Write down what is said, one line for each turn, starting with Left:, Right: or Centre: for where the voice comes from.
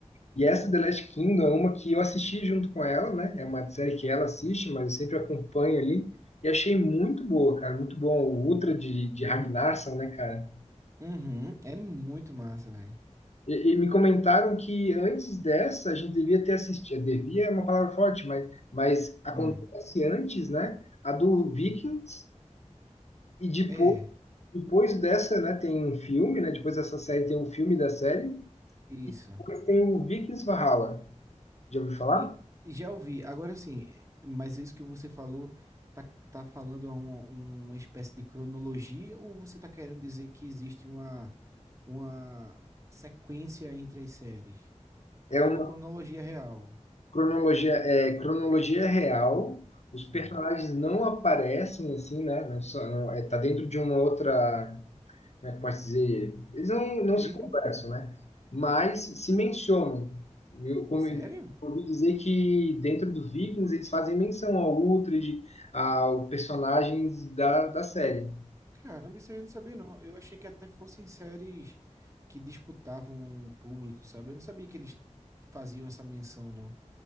Left: E essa The Last Kingdom é uma que eu assisti junto com ela, né? É uma série que ela assiste, mas eu sempre acompanho ali. E achei muito boa, cara, muito bom. O Ultra de, de Ragnarsson, né, cara?
Right: Uhum, é muito massa, velho.
Left: E, e me comentaram que antes dessa a gente devia ter assistido, devia é uma palavra forte, mas, mas acontece
Right: Hum,
Left: antes, né? A do Vikings e depois,
Right: é,
Left: depois dessa, né? Tem um filme, né? Depois dessa série tem um filme da série
Right: isso.
Left: e depois tem o Vikings Valhalla. Já ouviu falar?
Right: E já ouvi. Agora sim, mas isso que você falou, tá, tá falando a uma, uma espécie de cronologia ou você tá querendo dizer que existe uma, uma sequência entre as séries?
Left: É
Right: Tá
Left: uma
Right: falando cronologia real.
Left: cronologia, é cronologia real. Os
Right: Sim.
Left: personagens não aparecem assim, né? Não só, não, é, tá dentro de uma outra como é que posso dizer? Eles não, não
Right: Tribo?
Left: se conversam, né? Mas se mencionam. Eu, como
Right: Sério?
Left: eu ouvi dizer que dentro do Vikings eles fazem menção ao Uhtred, ao personagens da, da série.
Right: Caramba, isso aí eu não sabia, não. Eu achei que até fossem séries que disputavam um público, sabe? Eu não sabia que eles faziam essa menção, não.